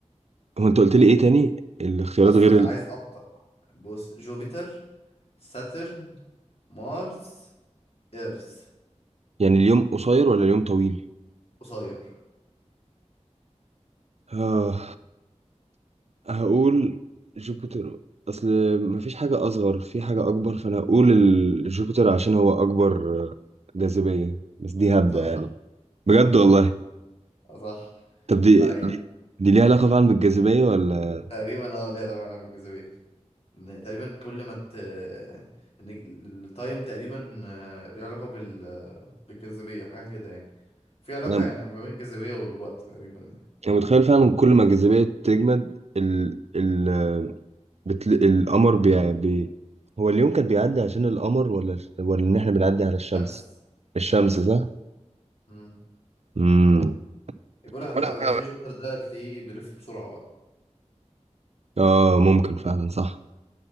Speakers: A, on the right; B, on the left.
A: هو انت قلت لي ايه تاني الاختيارات
B: أص...
A: غير
B: عايز
A: ال...
B: ابطأ بص جوبيتر ساترن مارس ايرث
A: يعني اليوم قصير ولا اليوم طويل
B: قصير
A: آه... هقول جوبيتر اصل مفيش حاجه اصغر في حاجه اكبر فانا هقول ال- جوبيتر عشان هو اكبر آه، جاذبيه بس دي هبدأ
B: صح
A: بجد
B: صح
A: والله
B: صح
A: طب دي
B: لعيب
A: دي, دي ليها علاقة فعلا بالجاذبية ولا
B: تقريبا اه ليها دعوة بالجاذبية إن تقريبا كل ما ت ان التايم تقريبا آه، ليه علاقة بال آه، بالجاذبية حاجة كده يعني في علاقة
A: يعني
B: يعني ما بين الجاذبية والوقت تقريبا يعني
A: أنا متخيل فعلا كل ما الجاذبية تجمد ال ال بتل... القمر بي... بي... هو اليوم كان بيعدي عشان القمر ولا ولا إن إحنا بنعدي على الشمس
B: الشمس
A: الشمس
B: الشمس
A: صح؟
B: امم
A: امم
B: بقول لك على
A: ولا
B: حاجة
A: حاجة.
B: هتلاقي جوبيتر ده هتلاقيه بيلف بسرعة بقى
A: آه ممكن فعلا صح